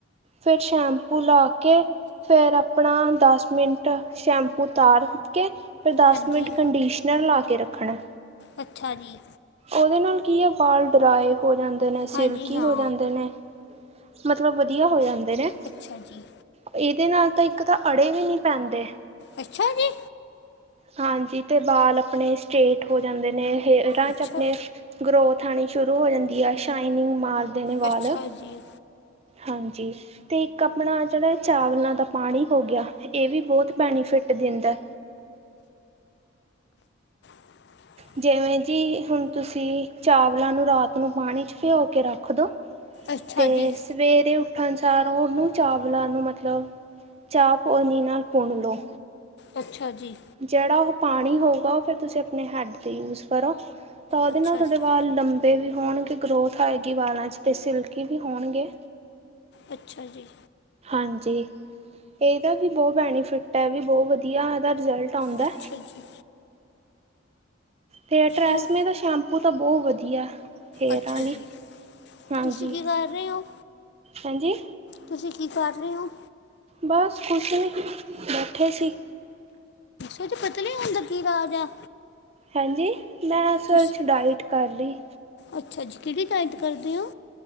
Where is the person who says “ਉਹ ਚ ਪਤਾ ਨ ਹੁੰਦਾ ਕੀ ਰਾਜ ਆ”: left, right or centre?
Left